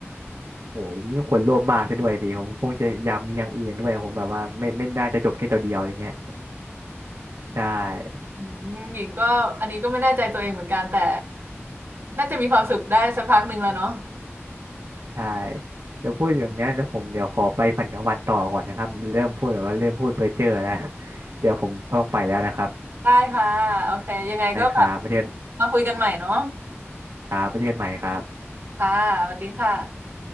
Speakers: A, on the right; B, on the right.
A: โอ้ยนี่คนโลภมากซะด้วยสิผมคงจะอยากมีอย่างอื่นด้วยผมแบบว่าไม่ไม่น่าจะจบแค่ตัวเดียวอะไรเงี้ยใช่
B: อืมหญิงก็อันนี้ก็ไม่แน่ใจตัวเองเหมือนกันแต่น่าจะมีความสุขได้สักพักหนึ่งแล้วเนาะ
A: ใช่เดี๋ยวพูดแบบเนี้ยแล้วผมเดี๋ยวขอไปฝันกลางวันต่อก่อนนะครับเริ่มพูดแบบว่าเริ่มพูดเพ้อเจ้อแล้วเดี๋ยวผมต้องไปแล้วนะครับ
B: ได้ค่ะโอเคยังไงก็แบบ
A: ได้ครับประเทศ
B: มาคุยกันใหม่เนาะ
A: ครับไปเจอกันใหม่ครับ
B: ค่ะสวัสดีค่ะ